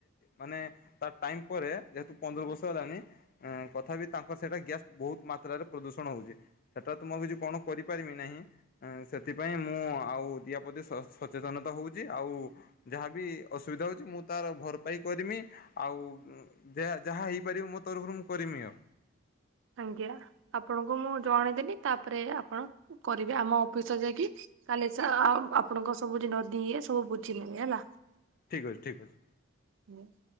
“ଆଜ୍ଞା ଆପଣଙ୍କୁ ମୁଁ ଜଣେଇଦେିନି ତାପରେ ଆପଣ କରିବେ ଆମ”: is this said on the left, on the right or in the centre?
Right